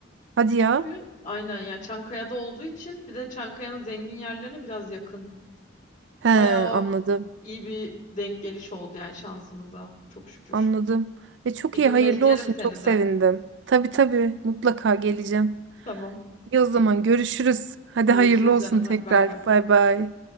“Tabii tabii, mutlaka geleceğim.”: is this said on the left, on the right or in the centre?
Right